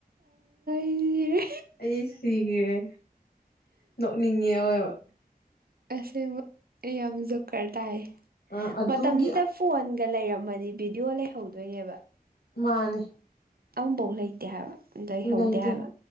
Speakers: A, on the right; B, on the left.
A: ꯁꯤꯔꯦ
B: ꯑꯩ ꯁꯤꯒꯔꯦ ꯅꯣꯛꯅꯤꯡꯉ ꯑꯣꯏꯕ
A: ꯑꯁ ꯌꯥꯝ ꯖꯨꯀꯔ ꯇꯥꯏ
B: ꯑ ꯑꯗꯨꯒꯤ
A: ꯃꯇꯝꯁꯤꯗ ꯐꯣꯟ ꯒ ꯂꯩꯔꯝꯃꯅꯤ ꯚꯤꯗꯤꯑꯣ ꯂꯩꯍꯧꯗꯣꯏꯅꯦꯕ
B: ꯃꯥꯅꯦ
A: ꯑꯐꯧ ꯂꯩꯇꯦ ꯍꯥꯏꯕ ꯂꯩꯍꯧꯗꯦ
B: ꯎ ꯂꯩꯇꯦ
A: ꯍꯥꯏꯕ